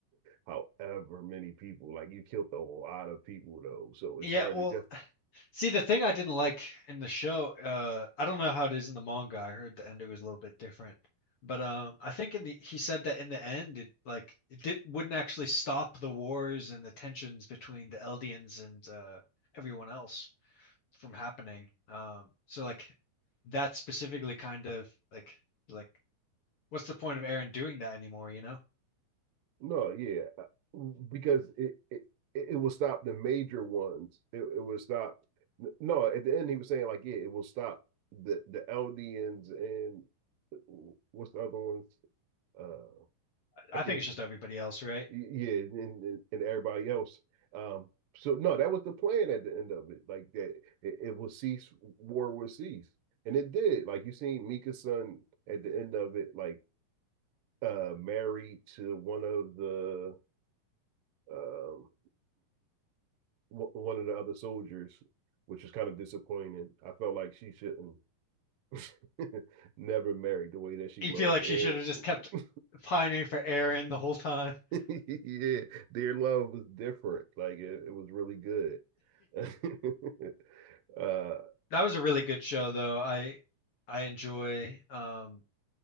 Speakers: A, on the right; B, on the left.
A: however many people. Like you killed a lot of people though. So it's
B: Yeah,
A: hard
B: well,
A: to guess.
B: see the thing I didn't like in the show, uh I don't know how it is in the manga. I heard the ending was a little bit different. But um I think in the he said that in the end it like it did, wouldn't actually stop the wars and the tensions between the Eldians and uh everyone else. from happening. Um, so like that specifically kind of like like what's the point of Aaron doing that anymore, you know?
A: No, yeah, uh, because it it, it will stop the major ones. It, it will stop. No, at the end he was saying like, yeah, it will stop the the Eldians and uh, what's the other ones? Uh,
B: I
A: I can't.
B: think it's just everybody else, right?
A: Yeah, and, and everybody else. Um, so no, that was the plan at the end of it. Like that, it, it will cease. War will cease, and it did. Like you seen Mika's son at the end of it, like uh married to one of the um, one of the other soldiers, which was kind of disappointing. I felt like she shouldn't <laughs> never married the way that she
B: You
A: loved
B: feel like
A: Eric.
B: she should have just
A: <laughs>
B: kept pining for Aaron the whole time. <laughs>
A: yeah, their love was different. Like it, it was really good. <laughs> uh,
B: That was a really good show though. I I enjoy um